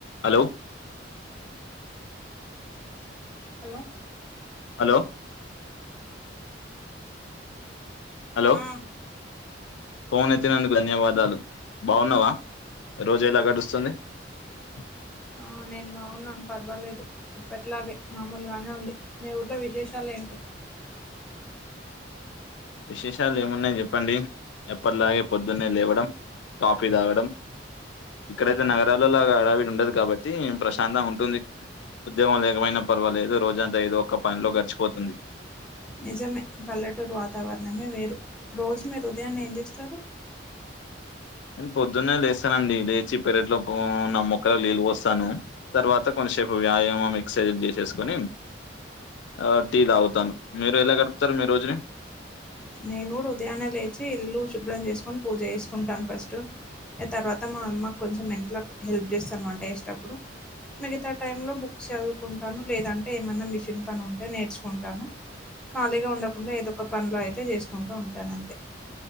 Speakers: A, on the left; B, in the centre.
A: Hello
B: hello
A: hello hello
B: ఉ
A: phone ఎతినందుకు ధన్యవాదాలు బావున్నావా రోజు ఎలా గడుస్తుంది <unintelligible>
B: ఆ నేను బాగున్నాను పర్వాలేదు ఇప్పటిలాగే మామూలుగానే ఉంది మీ ఊర్లో విశేషాలు ఏంటి
A: <unintelligible> విశేషాలు ఏమున్నాయని చెప్పండి ఎప్పటిలాగే పొద్దున్నే లేవడం కాఫీ తాగడం ఇక్కడైతే నగరాల లాగా అడావిడి ఉండదు కాబట్టి ప్రశాంతంగా ఉంటుంది ఉద్యోగం లేకపోయినా పర్వాలేదు రోజంతా ఏదో ఒక్క పనిలో గడిచిపోతుంది
B: నిజమే పల్లెటూరు వాతావరణమే వేరు రోజు మీరు ఉదయాన్నే ఏం చేస్తారు
A: <unintelligible> నేను పొద్దున్నే లేస్తానండి లేచి పెరట్లో పో నా ముొక్కల నీళ్ళ పోస్తాను తర్వాత కొంచ శిపు వ్యాయామం ఎక్ససైజలు చేసేసుకొని ఆ టీ తాగుతాను మీరు ఎలా గడుపుతారు మీ రోజుని
B: నేను కూడా ఉదయానే లేచి ఇల్లు శుభ్రం చేసుకొని పూజ చేసుకుంటాను ఫస్ట్ ఇగ తర్వాత మా అమ్మ కొంచెం ఇంట్లో హెల్ప్ చేస్తాను వంట చేసేటపుడు మిగతా టై లో బుక్స్ చదువుకుంటాను లేదంటే ఏమన్నా మిషన్ పని ఉంటే నేర్చుకుంటాను ఖాళీగా ఉండకుండా ఏదో ఒక పనిల అయితే చేసుకుంటూ ఉంటాను అంతే